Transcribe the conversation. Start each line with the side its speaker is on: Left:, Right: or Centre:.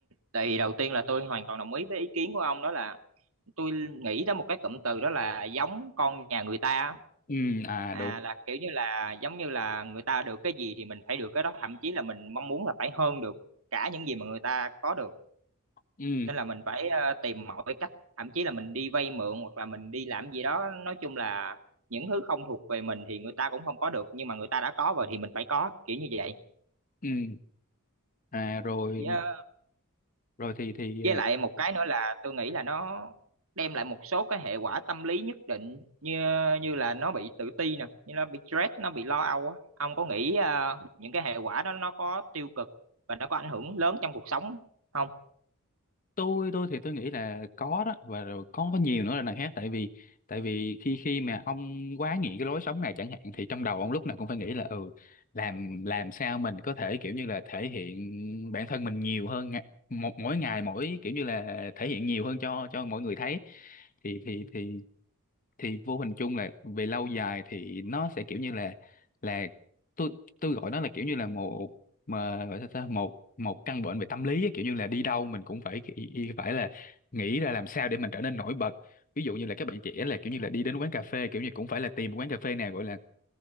Right: tại đầu tiên là tôi hoàn toàn đồng ý với ý kiến của ông đó là tôi nghĩ tới một cái cụm từ đó là giống con nhà người ta á.
Left: ừ à
Right: à
Left: đúng
Right: là kiểu như là giống như là người ta được cái gì thì mình phải được cái đó thậm chí là mình mong muốn là phải hơn được cả những gì mà người ta có được
Left: ừ
Right: nên là mình phải ờ, tìm mọi cách thậm chí là mình đi vay mượn hoặc là mình đi làm gì đó nói chung là những thứ không thuộc về mình thì người ta cũng không có được nhưng mà người ta đã có rồi thì mình phải có kiểu như vậy
Left: ừ à rồi
Right: Dạ.
Left: rồi thì thì
Right: với
Left: ờ,
Right: lại một cái nữa là tôi nghĩ là nó đem lại một số cái hệ quả tâm lý nhất định như như là nó bị tự ti nè như nó bị stress nó bị lo âu á ông có nghĩ ờ, những cái hệ quả đó nó có tiêu cực và nó có ảnh hưởng lớn trong cuộc sống không
Left: tôi tôi thì tôi nghĩ là có đó và rồi có có nhiều nữa là đằng khác tại vì tại vì khi khi mà ông quá nghiện cái lối sống này chẳng hạn thì trong đầu ông lúc nào cũng phải nghĩ là ừ làm làm sao mình có thể kiểu như là thể hiện bản thân mình nhiều hơn ngày- một mỗi ngày mỗi kiểu như là thể hiện nhiều hơn cho cho mọi người thấy thì thì thì thì vô hình chung là về lâu dài thì nó sẽ kiểu như là là tôi tôi gọi nó là kiểu như là một mà gọi sao ta một một căn bệnh về tâm lý á, kiểu như là đi đâu mình cũng phải y- y- phải là nghĩ ra làm sao để mình trở nên nổi bật ví dụ như là các bạn trẻ là kiểu như là đi đến quán cà phê kiểu như cũng phải là tìm quán cà phê nào gọi là